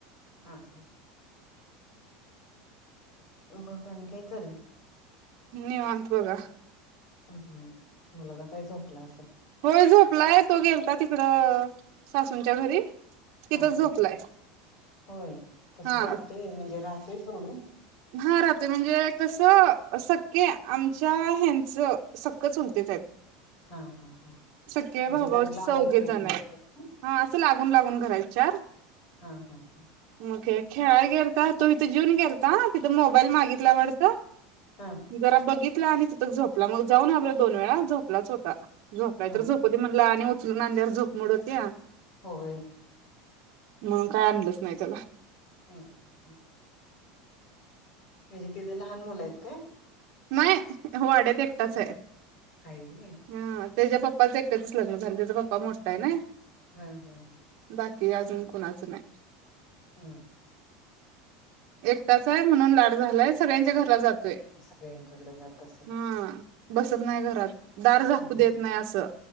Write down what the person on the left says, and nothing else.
हा हा मग आणि काय चालले.
हुं हुं मुलगा काय झोपला असल.
हा
हा होय तस
जातोय म्हणजे राहतोय सोडून
हा हा हा
म्हणजे
जरा लांब
आहेत काय
तुमच्यापासून?
हा हा हा
हा.
हा
हा
होय.
हं <unintelligible> म्हणजे तिथ लहान मुलं आहेत काय?
हाय व्हय.
हा हा हा
हां
सगळ्यांच्याकडे जात असेल
हा